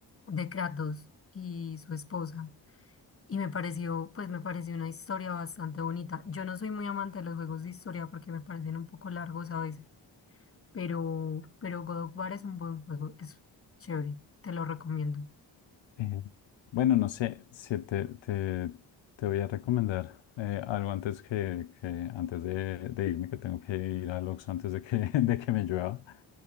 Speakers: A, on the left; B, on the left.
A: mm, de Kratos y su esposa. Y me pareció, pues me pareció una historia bastante bonita. Yo no soy muy amante de los juegos de historia porque me parecen un poco largos a veces, pero, pero God of War es un buen juego, es chévere, te lo recomiendo.
B: Eh, bueno, no sé si te, te, te voy a recomendar eh, algo antes que, que antes de, de irme, que tengo que ir al Oxxo antes de que, <laughs> de que me llueva.